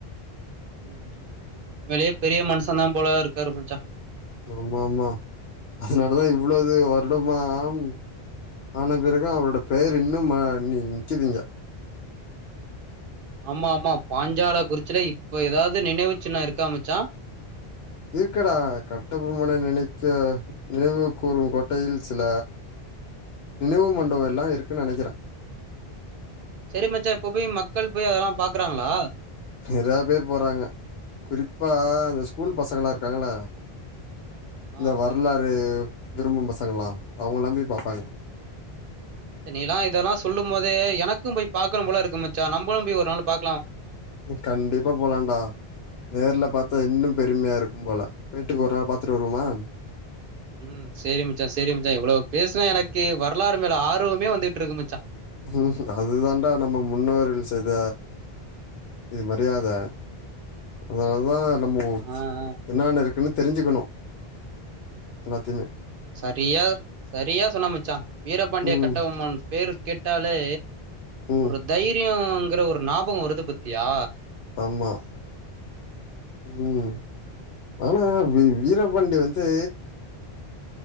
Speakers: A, on the right (about 65°); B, on the left (about 80°).
A: ம் ம் ம் உன்மளியே பெரிய மனுஷன் தான் போல இருக்காருமச்சா
B: ஆமா ஆமா அதனாலதான் இவ்வளது வருடமா ஆம் ஆன பிறகு அவரோட பெயர் இன்னும் நீ நிக்குது இங்க
A: ஆமா ஆமா பாஞ்சால குறிச்சுல இப்ப ஏதாவது நினைவு சின்னோ இருக்கா மச்சா
B: இருக்கடா கட்டபொம்மன நினைக்க நினைவு கூறும் கோட்டையில் சில நினைவு மண்டப எல்லாம் இருக்குன்னு நினைக்கிறே
A: சரி மச்சா இப்ப போய் மக்கள் போய் அதெல்லா பாக்குறாங்களா
B: நிறையாபேர் போறாங்க குறிப்பா இந்த ஸ்கூல் பசங்களா இருக்காங்கள
A: ஆ.
B: இந்த வரலாறு விரும்பும் பசங்கல்லாம் அவங்க எல்லாம் போய் பாப்பாங்க
A: நீலா இதெல்லா சொல்லும் போதே எனக்கும் போய் பாக்கணும் போல இருக்கு மச்சா நம்பழும் போய் ஒரு நாள் பா
B: கண்டிப்பா போலான்டா நேர்ல பார்த்தா இன்னும் பெ ருமையா இருக்கும் போல போய்டு ஒரு நாள் பாத்துட்டு வருவுமா
A: ம் சரி மச்சா சரி மச்சா எவ்வளவு பேசுனா எனக்கு வரலாறு மேல ஆர்வமே வந்துகிட்டு இருக்கு மச்சா
B: ம் அதுதாண்டா நம்ம முன்னோர்கள் செய்த இது மரியாத அதனாலதான் நம்ம
A: ஆ, ஆ.
B: என்னன்ன இருக்கு தெரிஞ்சுக்கணு எல்லாத்தையுமே
A: சரியா சரியா சொன்ன மச்சான் வீரபாண்டிய
B: ம்
A: கட்ட பொம்மன் பேரு கேட்டாலே
B: ம்
A: ஒரு தைரியங்குற ஒரு ஞாபகம் வருது பத்தியா
B: ஆமா ம் ஆனா வீரபாண்டி வந்து